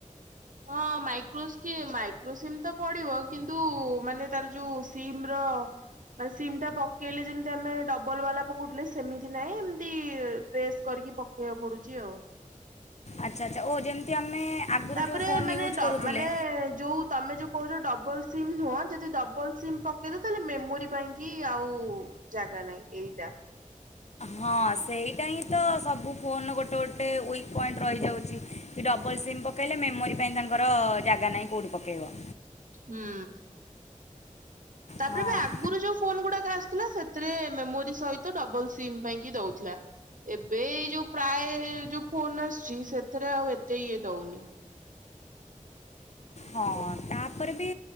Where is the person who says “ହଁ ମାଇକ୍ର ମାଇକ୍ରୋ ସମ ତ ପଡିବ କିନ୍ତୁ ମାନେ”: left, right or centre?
Right